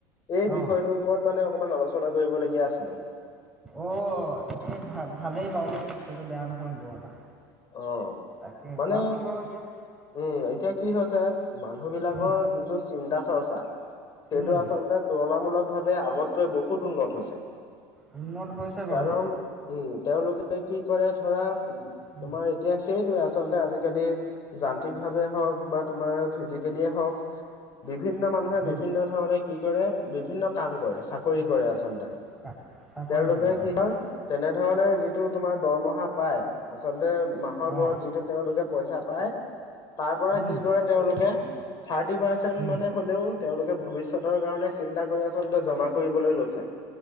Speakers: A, on the left; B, in the centre.
A: এই
B: অ
A: বিষয়টোৰ ওপৰত মানে অকমান অলপ আলোচনা চনা কৰিবলগীয়া আছেনে
B: অহ, এই ভা -ভালেই বাৰু দেই বিষয়টো বেয়া নহয় বৰ এটা।
A: অহ,
B: তাকে
A: মানে
B: কোৱাচোন বাৰু এতিয়া
A: উম, এতিয়া কি হৈছে মানুহ বিলাকৰ
B: উম
A: যিটো চিন্তা চৰ্চা সেইটো
B: উম
A: আচলতে তুলনামূলক ভাৱে আগতকৈ বহুত উন্নত হৈছে।
B: উন্নত হৈছে
A: কাৰণ
B: বাৰু
A: উম তেওঁলোকে কি কৰে ধৰা
B: উম,
A: তোমাৰ এতিয়া সেইটোয়ে আছে আচলতে আজিকালি যান্ত্ৰিক ভাবে হওক বা তোমাৰ ফিজিকেলী এ হওক বিভিন্ন মানুহে
B: উম,
A: বিভিন্ন ধৰণে কি কৰে বিভিন্ন কাম কৰে চাকৰি
B: উম,
A: কৰে আচলতে
B: কা চাকৰি
A: তেওঁলোকে
B: কৰে
A: কি
B: অ',
A: হয় তেনেধৰণে যিটো তোমাৰ দৰমহা পায় আচলতে মাহৰ মূৰত
B: অ',
A: যিটো তেওঁলোকে পইচা পায় তাৰ পৰা
B: উম,
A: কি কৰে তেওঁলোকে থাৰ্টি পাৰ্চেন্ট
B: উম,
A: মানে হ'লেও। তেওঁলোকে ভৱিষ্যতৰ কাৰণে চিন্তা কৰি আচলতে জমা কৰিবলৈ লৈছে